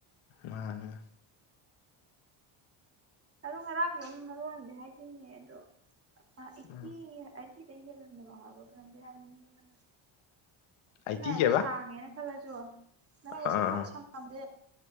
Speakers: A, on the left (about 70°); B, on the right (about 30°).
A: ꯃꯥꯅꯦ
B: ꯑꯗ‌ꯣ ꯉꯔꯥꯡꯗꯤ ꯑꯩꯅ ꯃꯔꯣꯟ ꯑꯃꯗꯤ ꯍꯥꯏꯒꯤꯝꯅ‌ꯦ ꯑꯗꯣ ꯑꯥꯏꯇꯤ
A: ꯎꯝ
B: ꯁꯤꯗꯩ ꯂꯤꯜ ꯍꯟ ꯒꯅ‌ꯣ ꯍꯥꯏꯕꯔ ꯀꯩꯅ‌ꯣꯝꯗꯤ ꯍꯥꯏꯕꯅ‌ꯦ ꯃꯤ ꯑꯃ ꯅ
A: ꯑꯥꯏꯠꯇꯤ
B: ꯁꯝꯅ ꯍꯥꯏꯔꯕꯗ
A: ꯀꯩꯕ
B: ꯁꯥꯡꯉꯦꯅ ꯈꯜꯂꯖꯨ ꯅꯪꯒ
A: ꯑꯥ
B: ꯁꯨꯝ
A: ꯑꯥ
B: ꯁꯥꯟꯅꯕꯗꯤ